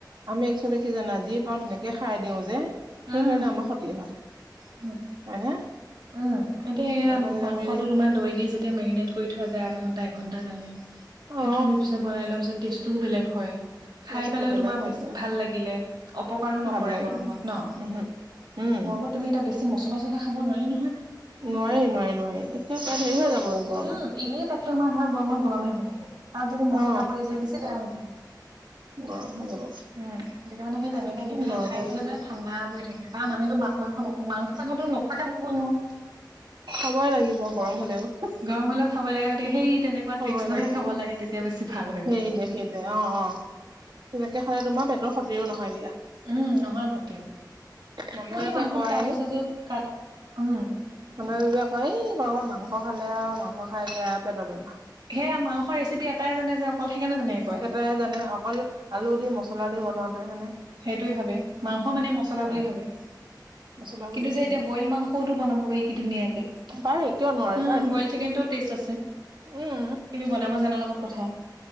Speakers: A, on the right; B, on the right.
A: আমি এক্সুৱেল কি জানা যি পাওঁ তেনেকে খাই দিওঁ যে। সেইকাৰণে
B: উম,
A: আমাৰ ক্ষতি হয়।
B: উম
A: হয়নে
B: উম এইটো এয়া
A: এনেকুৱা যদি
B: মাংসটো
A: আমি
B: তোমাৰ দৈ দি যেতিয়া মেৰিনেট কৰি থোৱা যায় আধা ঘণ্টা এঘন্টাৰ কাৰণে সেইটো
A: অ
B: তুমি পিছত বনাই লোৱা পিছত টেষ্টটোও বেলেগ হয়। খাই
A: টেষ্টটো
B: পেলাইও
A: বেলেগ
B: তোমাৰ
A: হৈ
B: বেছি
A: যায়
B: ভাল লাগিলে অপকাৰো নকৰে
A: ভাল লাগিল
B: গৰমত ন।
A: উহু উম
B: গৰমত তুমি এতিয়া বেছি মছলা চছলা খাব নোৱাৰি ন।
A: নোৱাৰি নোৱাৰি নোৱাৰি একে তাৰে হেৰি হৈ যাব আৰু গৰমত।
B: উম, এনেই পেটটো আমাৰ ধৰা গৰমত গৰমে হৈ থাকে, তাত যদি মছলা
A: অ
B: পৰি যায় বেছি বেয়া হৈ যায়।
A: গৰম হৈ যাব
B: উম, গতিকে মানে সেই তেনেকে দি পেলাই
A: নৰ্মেল
B: খাই পেলাই মানে ঠাণ্ডা পৰি থাকে, কাৰণ আমিতো মাছটো মাংসতো নহুমাও মাছ মাংসটো ত নোখোৱাকে থাকিব নোৱাৰো।
A: খাবই লাগিব গৰম হলেও।
B: গৰম হলেও খাব লাগে, গতিকে সেই তেনেকুৱা
A: খাবই
B: ট্ৰিক্স লগাই
A: লাগিব
B: খাব লাগে তেতিয়া বেছি ভাল হয়।
A: সেইটোৱে সেইটোৱে, অঁ অঁ তেনেকে হলে তোমাৰ পেটৰ ক্ষতিয়ো নহয় দিয়া।
B: উম নহয় ক্ষতি
A: মানুহে
B: মইতো
A: যে
B: মাংসত
A: কয়
B: কাজু চাজু কা উম।
A: মানুহজনে কয় এই ঘৰত মাংস খালে আৰু মাংস খাই এয়া পেটৰ বেমাৰ।
B: সেয়া মাংস ৰেচিপি এটাই জানে যে অকল সেইকাৰণে তেনেকে কয়।
A: তাই জানে অকল আলু দি মছলা দি বনোৱাতোৱে জানে।
B: সেইটোৱে ভাৱে, মাংস মানে মচলা
A: উম
B: বুলি ভাবে।
A: মছলা
B: কিন্তু
A: বুলি
B: যে
A: ভাবে
B: এতিয়া বইল মাংসওটো বনাব পাৰি কি ধুনীয়াকে।
A: পাৰি কিয় নোৱাৰে
B: অঁ
A: পাৰি
B: বইল চিকেনটো টেষ্ট আছে,
A: উম
B: কিন্তু বনাব জানাৰ লগত কথা।